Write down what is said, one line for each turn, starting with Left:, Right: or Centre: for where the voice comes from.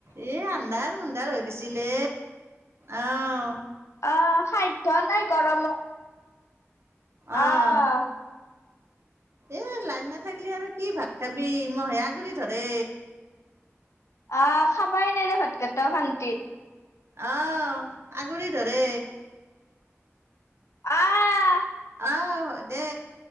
Right: এ আন্দাৰ-মুডাৰ হৈ গৈছিলে। অহ
Left: অ সাধ্য নাই গৰমত।
Right: অ'
Left: অহ
Right: এ লাইন নাথাকিলি আৰু কি ভাত খাবি, মহে আগুৰি ধৰে।
Left: আহ খাবাই নাই দে ভাত কেইটাও শান্তিত।
Right: আহ', আগুৰি ধৰে।
Left: আহ
Right: আহ' হয় দে,